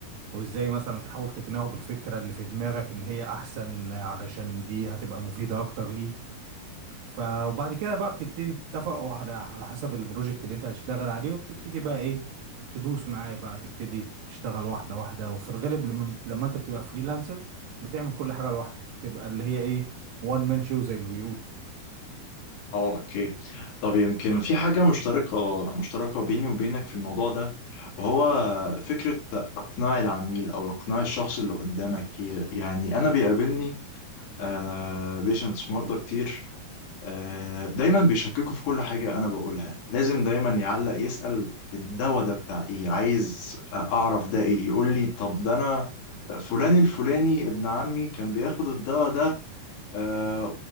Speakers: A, on the right; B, on the left.
A: وازاي مثلا تحاول تقنعه بالفكرة اللي في دماغك ان هي احسن علشان دي هتبقى مفيدة اكتر ليه ف وبعد كده بقى بتبتدي تتفقوا على على حسب البروجكت اللي انت هتشتغل عليه وبتبتدي بقى ايه تدوس معاه بقى تبتدي تشتغل واحدة واحدة وفي الغالب لما لما انت بتبقى فريلانسر بتعمل كل حاجة لوحدك بتبقى اللي هي ايه وان مان شو زي ما بيقولوا
B: اه اوكي طب يمكن في حاجة مشتركة مشتركة بيني وبينك في الموضوع ده وهو فكرة إقناع العميل أو إقناع الشخص اللي قدامك يعني أنا بيقابلني آه بيشنتس مرضى كتير آه، دايما بيشككوا في كل حاجة أنا بقولها لازم دايما يعلق يسأل الدواء ده بتاع إيه عايز أعرف ده إيه يقول لي طب ده أنا فلان الفلاني ابن عمي كان بياخد الدواء ده آه،